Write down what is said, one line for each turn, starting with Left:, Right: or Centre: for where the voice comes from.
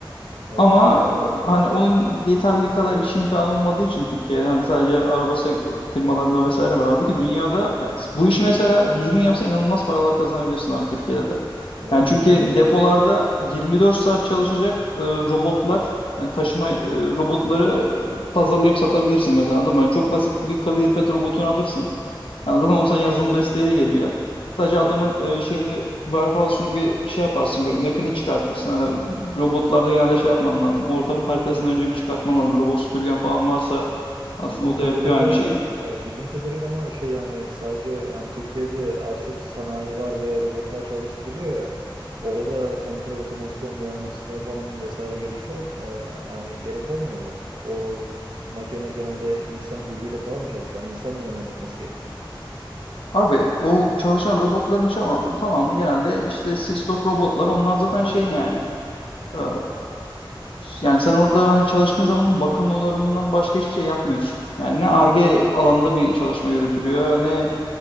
Right: Evet.
Left: Ama e, hani onun yeterli kadar iş imkanı olmadığı için Türkiye'den sadece araba sek- firmalarında vesaire var. Halbuki dünyada yani bu işi mesela düzgün yapsan inanılmaz paralar kazanabilirsin abi Türkiye'de de.
Right: Ama
Left: Yani çünkü
Right: bildiğim,
Left: depolarda 24 saat çalışacak e, robotlar, yani taşıma e, robotları tasarlayıp satabilirsin mesela anladın mı? Yani çok basit bir kalorifer robotunu alırsın. Yani zaten onun sana yazılım desteği de geliyor. Sadece adamın
Right: evet.
Left: e, şeyini, warehouse'unu bir şey yaparsın böyle map'ini çıkartırsın. Hani robotlarda genelde şey yapman lazım. Ortamın haritasını önce bir çıkartman lazım. Robot süpürgen falan varsa aslında
Right: Bildiğim
Left: o
Right: kadarıyla
Left: da yapıyor aynı şeyi.
Right: e, bildiğim kadarıyla ama şey yani sadece hani Türkiye'de az çok sanayi var ve robotlar çalıştırılıyor ya. Orada da kontrol otomasyon mühendisliğine falan vesaire gerek ol, e, yani gerek olmuyor mu? O makineler genelde insan gücüyle falan mı çalışıyor? Yani insan mı yönlendirmesi gerekiyor?
Left: Abi o çalışan robotların çama- tamamı genelde işte Six of robotlar. Onlar zaten şey yani. Ee, yani sen orada hani çalıştığın zamanın bakım onarımından başka hiçbir şey yapmıyorsun. Yani ne Ar-Ge alanında bir çalışma yürütülüyor ne